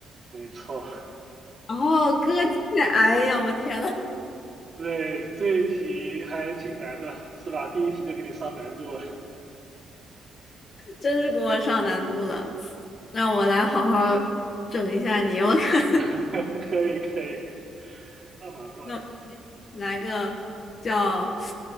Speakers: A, on the right (about 40°); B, on the left (about 45°).
A: 没错。
B: 哦后歌欠哎呀我天呐，<laughs>
A: 对，这一题还挺难的，是吧？第一题就给你上难度了。
B: 真是给我上难度了，让我来好好整一下你，我看
A: <laughs> 可以，可以。放马过来，
B: <laughs> 那我来个叫